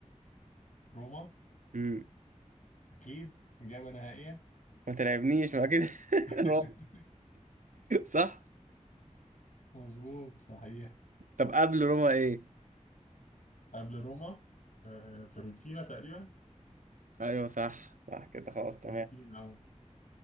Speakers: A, on the left; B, on the right.
A: روما
B: امم
A: أكيد إجابة نهائية
B: ما تلعبنيش ما كده <laughs>
A: <laughs>
B: روما صح
A: مظبوط صحيح
B: طب قبل روما ايه
A: قبل روما آه، فيورنتينا تقريبا
B: ايوه صح صح كده خلاص تمام
A: فيورنتينا اه